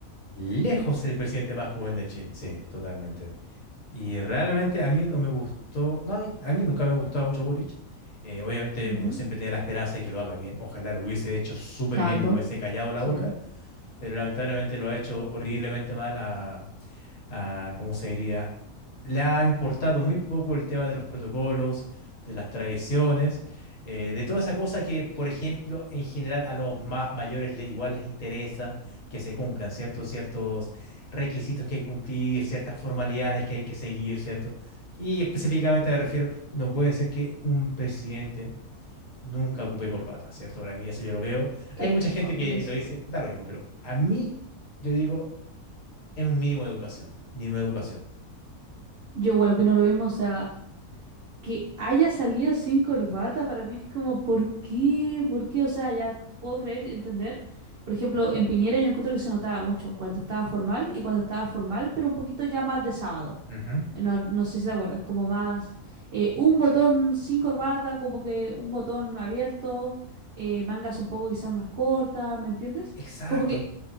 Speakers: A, on the left; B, on the right.
A: Lejos el presidente más joven de Chile, sí, totalmente. Y realmente a mí no me gustó, no, ay, a mí nunca me ha gustado mucho Boric. Eh, obviamente
B: Ujú,
A: uno siempre tiene la esperanza de que lo haga bien. Ojalá lo hubiese hecho súper
B: Exacto.
A: bien y me hubiese callado la
B: Sí.
A: boca. pero lamentablemente lo ha hecho horriblemente mal a, a, ¿cómo se diría? Le ha importado muy poco el tema de los protocolos, de las tradiciones, eh, de toda esa cosa que, por ejemplo, en general a los más mayores le- igual les interesa que se cumplan, ¿cierto? Ciertos requisitos que hay que cumplir, ciertas formalidades que hay que seguir, ¿cierto? Y específicamente me refiero, no puede ser que un presidente Nunca ocupé corbata, ¿cierto? Para mí eso yo lo veo.
B: Eso,
A: Hay mucha gente que
B: eso.
A: lo dice, da lo mismo, pero a mí yo digo, es un mínimo de educación, mínimo de educación.
B: Yo igual opino lo mismo, o sea, que haya salido sin corbata para mí es como, ¿por qué? ¿Por qué? O sea, ya t- puedo creer, entender. Por ejemplo, en Piñera yo encuentro que se notaba mucho cuando estaba formal y cuando estaba formal, pero un poquito ya más de sábado.
A: Ujú.
B: No, no sé si te acuerdas, como más eh, un botón sin corbata, como que un botón abierto, eh, mangas un poco quizás más cortas, ¿me entiendes?
A: Exacto,
B: Como que